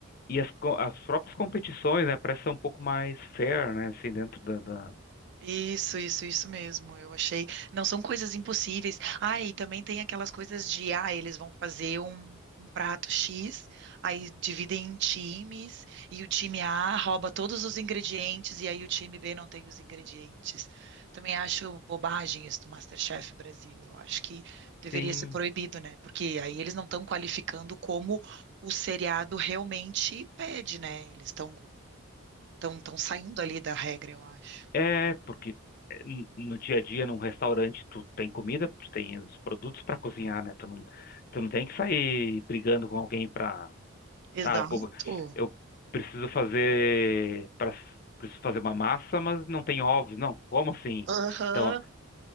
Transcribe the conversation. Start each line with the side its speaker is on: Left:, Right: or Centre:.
Left: e as, co- as próprias competições, né? Parece ser um pouco mais fair, né? Assim, dentro da, da...
Right: Isso, isso, isso mesmo. Eu achei. Não são coisas impossíveis. Ah, e também tem aquelas coisas de, ah, eles vão fazer um, um prato X, aí dividem em times, e o time A rouba todos os ingredientes, e aí o time B não tem os ingredientes. Também acho bobagem isso do MasterChef Brasil. Eu acho que deveria
Left: Sim,
Right: ser proibido, né? Porque aí eles não estão qualificando como o seriado realmente pede, né? Eles estão estão saindo ali da regra, eu acho.
Left: é, porque é, n- no dia a dia, num restaurante, tu tem comida, tu tem os produtos para cozinhar, né? Tu não, tu não tem que sair brigando com alguém para
Right: Exato.
Left: Tá, pô, eu preciso fazer para preciso fazer uma massa, mas não tem ovos, não. Como assim?
Right: Aham.
Left: Então,